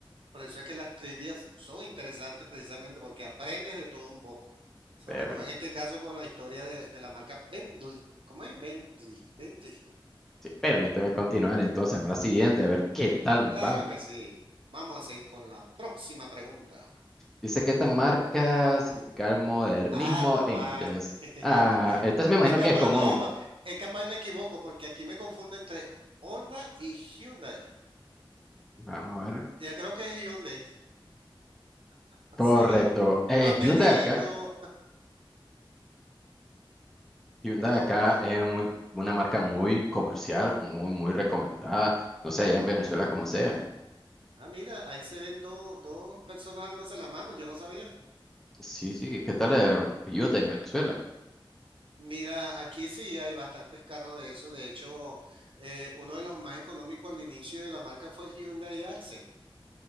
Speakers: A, on the right; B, in the centre.
A: Por eso es que las trivias son interesantes precisamente porque aprendes de todo un poco. Sobre
B: Permíteme,
A: todo en este caso con la historia de, de la marca Bentley. ¿Cómo es? Bentley. Bentley.
B: sí, permíteme continuar entonces, vamos a la siguiente, a ver qué tal nos
A: Claro
B: va.
A: que sí. Vamos a seguir con la próxima pregunta.
B: Dice que esta marca significa el modernismo
A: Ah, no
B: en
A: vale.
B: inglés.
A: <laughs>
B: Ah, entonces me imagino
A: Es capaz,
B: que es como,
A: no, es capaz y me equivoco porque aquí me confundo entre Honda y Hyundai.
B: vamos a ver.
A: Yo creo que es Hyundai. Ah,
B: Correcto.
A: Sí,
B: Eh,
A: papelillo.
B: Hyundai acá, Hyundai
A: No,
B: acá
A: porque,
B: es muy, una marca muy comercial, muy, muy recomendada. No sé, allá en Venezuela como sea.
A: ah, mira, ahí se ven dos dos personas dándose la mano, yo no sabía.
B: Sí, sí, ¿qué tal eh, Hyundai en Venezuela?
A: Mira, aquí sí hay bastantes carros de eso. De hecho, eh, uno de los más económicos al inicio de la marca fue el Hyundai Accent.